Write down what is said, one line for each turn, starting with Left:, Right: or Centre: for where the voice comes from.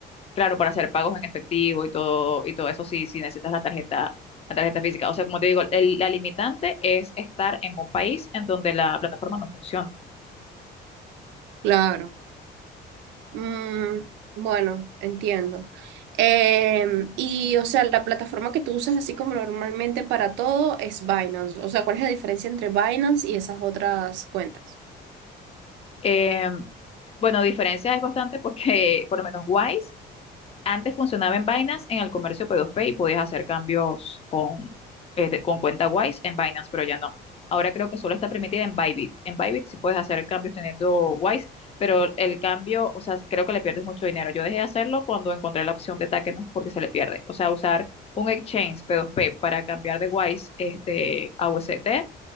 Left: claro, para hacer pagos en efectivo y todo, y todo eso, sí, si necesitas la tarjeta, la tarjeta física. O sea, como te digo, el- la limitante es estar en un país en donde la plataforma no funciona.
Right: Claro. Mm, bueno, entiendo. Em, y, o sea, la plataforma que tú usas así como normalmente para todo es Binance. O sea, ¿cuál es la diferencia entre Binance y esas otras cuentas?
Left: Em, bueno, diferencia es bastante porque <laughs> por lo menos Wise Antes funcionaba en Binance en el comercio p dos p y podías hacer cambios con, eh, te- con cuenta Wise en Binance, pero ya no. Ahora creo que solo está permitida en Bybit. En Bybit sí puedes hacer cambios teniendo Wise, pero el cambio, o sea, creo que le pierdes mucho dinero. Yo dejé de hacerlo cuando encontré la opción de Takenos porque se le pierde. O sea, usar un exchange p dos p para cambiar de Wise este, a UST